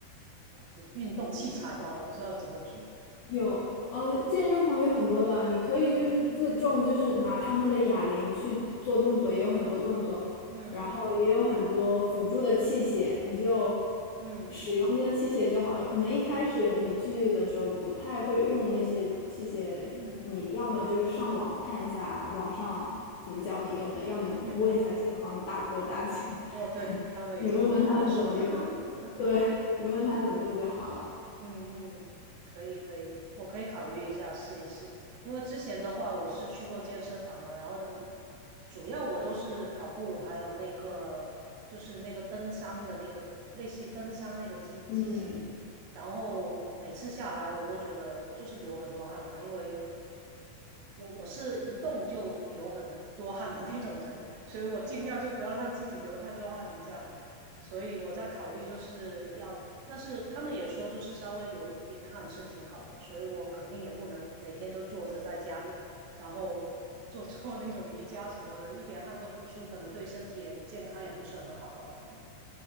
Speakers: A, on the right; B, on the left.
A: 的运动器材吧？我不知道怎么举啊。
B: 有，呃，健身房有很多的，你可以就是自重，
A: 嗯
B: 就是拿他们的哑铃去做动作，也有很多动作，
A: 嗯
B: 然后也有很多辅助的器械，你就
A: 嗯
B: 使用那器械就好了。可能一开始你去的时候不太会用那些器械，
A: 嗯
B: 你要么就是上网看一下网上怎么教你用的，要么你问一下健身房的大哥大姐，
A: 嗯，
B: <laughs>
A: 哦，对，他们已经老手了。
B: 你问问他们怎么用，
A: <laughs>
B: 对，你问他怎么用就好了。
A: 嗯嗯，可以可以，我可以考虑一下试一试。因为之前的话，我是去过健身房嘛，然后的主要我都是跑步，还有那个就是那个登山的那个类似于登山那个机机器，
B: 嗯。
A: 然后每次下来我都觉得就是流很多汗嘛，因为我我是一动就流很多汗的那种人，所以我尽量就不要让自己流太多汗，这样。所以我在考虑就是要，但是他们也说就是稍微流点汗是挺好的，所以我肯定也不能每天都坐着在家里，然后 <laughs> 做做那种瑜伽什么的，一点汗都不出，可能对身体也健康也不是很好吧，我觉得。